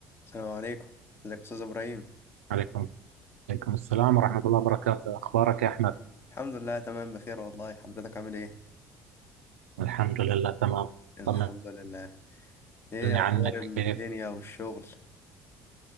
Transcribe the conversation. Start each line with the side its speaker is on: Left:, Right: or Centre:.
Left: السلام عليكم ازيك يا استاذ ابراهيم
Right: عليكم عليكم السلام ورحمة الله وبركاته أخبارك يا أحمد؟
Left: الحمد لله تمام بخير والله حضرتك عامل ايه
Right: الحمد لله تمام
Left: الحمد
Right: طمني
Left: لله ايه
Right: عنك
Left: اخبار الدنيا
Right: كيف؟
Left: والشغل